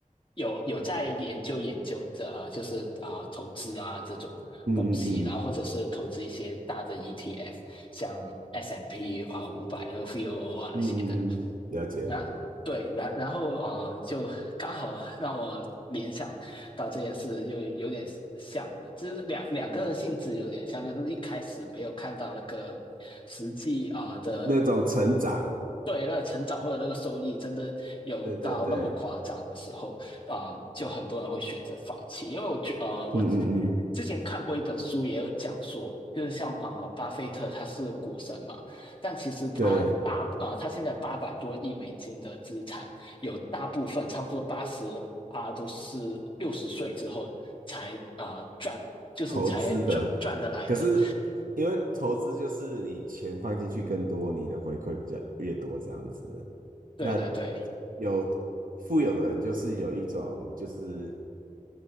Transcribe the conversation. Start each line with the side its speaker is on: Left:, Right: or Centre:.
Left: 有有在研究研究这、呃就是啊、呃投资啊这种东西，
Right: 嗯嗯嗯
Left: 然后或者是投资一些大的 ETF，像 S&P 啊五百、那呃、VOO 啊那些的。
Right: 嗯嗯嗯，了解。
Left: 那对，然然后啊、呃就刚好让我联想到这件事，就有点像的，就是两两个性质有点像，就是一开始没有看到那个实际啊、呃的
Right: 那种成长，
Left: 对那个成长或者那个收益真的有到那么夸张的时候啊、
Right: 对对对，
Left: 呃就很多人会选择放弃。因为我觉呃，我
Right: 嗯嗯嗯，
Left: 之前看过一本书，也有讲说，就是像啊、呃巴菲特他是股神嘛，但其实他大啊、
Right: 对。
Left: 呃他现在八百多亿美金的资产，有大部分差不多八十啊都是六十岁之后才啊、呃赚，就是才赚赚得来的。
Right: 投资的，可是因为投资就是你钱放进去更多，你的回馈比较越多这样子。
Left: 对对对，
Right: 那有富有的人就是有一种就是